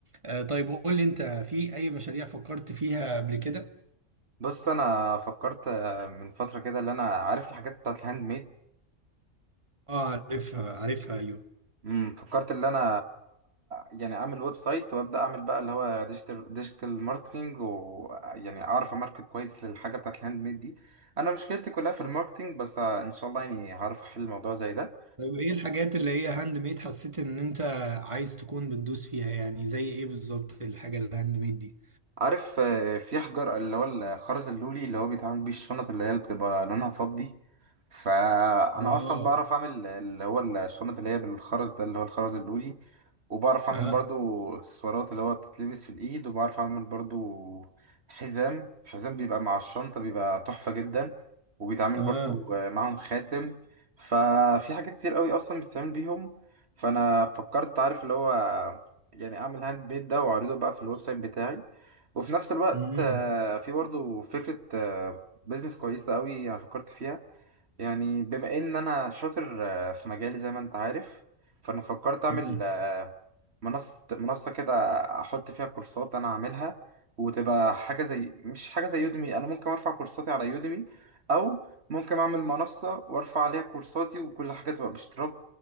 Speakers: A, on the right; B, on the right.
A: آه، طيب قول لي أنت في أي مشاريع فكرت فيها قبل كده؟
B: بص انا فكرت آه، من فترة كده اللي انا عارف الحاجات بتاعت الهاند ميد
A: اه عارفها عارفها أيوه
B: امم فكرت ان انا يعني اعمل ويب سايت وابدا اعمل بقى اللي هو ديجيتال ديجيتال ماركتنج ويعني اعرف اماركت كويس للحاجه بتاعت الهاند ميد دي انا مشكلتي كلها في الماركتنج بس ان شاء الله يعني هعرف احل الموضوع زي ده
A: طيب ايه الحاجات اللي هي هاند ميد حسيت ان انت عايز تكون بتدوس فيها يعني زي ايه بالظبط الحاجة الهاند ميد دي؟
B: عارف آه، في حجر اللي هو الخرز اللولي اللي هو بيتعمل بيه الشنط اللي هي بتبقى لونها فضي فانا
A: اه
B: اصلا بعرف اعمل اللي هو الشنط اللي هي بالخرز ده اللي هو الخرز اللولي وبعرف اعمل
A: اه
B: برضو اكسسوارات اللي هو بتتلبس في الايد وبعرف اعمل برضو حزام حزام بيبقى مع الشنطة بيبقى تحفة جدا وبيتعمل
A: اه
B: برضو آه، معاهم خاتم ففي حاجات كتير قوي اصلا بتتعمل بيهم فانا فكرت عارف اللي هو يعني اعمل هاند ميد ده واعرضه بقى في الويب سايت بتاعي وفي نفس الوقت
A: امم
B: آه، في برضو فكرة بيزنس كويسة قوي انا فكرت فيها يعني بما ان انا شاطر آه، في مجالي زي ما انت عارف فانا فكرت اعمل
A: امم
B: آه، منصة منصة كده احط فيها كورسات انا هعملها وتبقى حاجة زي مش حاجة زي يوديمي انا ممكن ارفع كورساتي على يوديمي او ممكن اعمل منصة وارفع عليها كورساتي وكل حاجة تبقى باشتراك